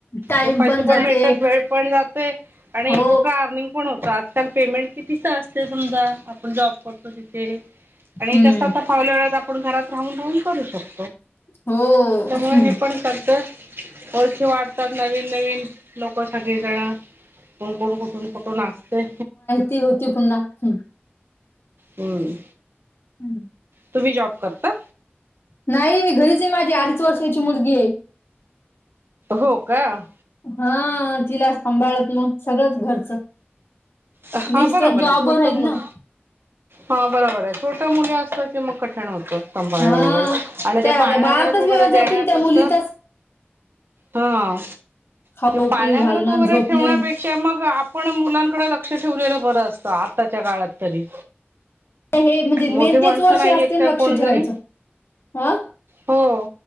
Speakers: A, on the left; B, on the right.
A: टाइम
B: म पैसे पण
A: जाते
B: मिेळतात
A: एक
B: वेळ पण जाते आणि
A: हो
B: एक्स्ट्रा अर्निंग कोण होत आजकाल पेमेंट कितीच असते समजा आपण जॉब करतो तिथे आणि
A: हम्म
B: कसं तर फावल्या वेळेस आपणं घरांत राहून राहून करूं शकतो
A: हो
B: त्यामुळें
A: ह
B: हे पणं करते ओळखी वाढतात नवीन, नवीन लोकं सगळीजणं कोणकोण कुंठून, कुंठून असतें
A: ती होती पुन्हां हं
B: हम्मं
A: नाही
B: तुम्हीं जॉब करतां
A: नाहीं मी घरीचं आहे. माझी अडीच वर्षांची मुलगी आहे.
B: हो कां.
A: हां तिला सांभाळत मगं सगळंच घरचं
B: हा
A: नीस्त
B: बरोबर
A: जॉब
B: आहे छोट
A: आहेत
B: मुल
A: ना.
B: हा बरोबर आहे छोट मुली असतात की मग कठीण होत. सांभाळण
A: हा
B: वगैरे आणि
A: त्या
B: ते पाळणाघरात
A: त्या बाळातच
B: वगैरे
A: वेळ
B: देण्यापस्त
A: जाते न त्या मुलीतच
B: हा
A: खाऊ
B: पाळण्याघरात
A: पिऊ घालण
B: वगैरे
A: झोपणे
B: ठेवण्यापेक्षा च्या मग आपण मुलांकडे लक्ष ठेवलेलं बरं असतं. आताच्या काळात तरी.
A: हे म्हणजे
B: मोठी
A: मेन
B: माणसं
A: तेच वर्ष
B: नाहीत
A: असते
B: हेत
A: ना
B: का
A: लक्ष
B: कोनी
A: ठेवायचं.
B: घरी.
A: ह
B: हो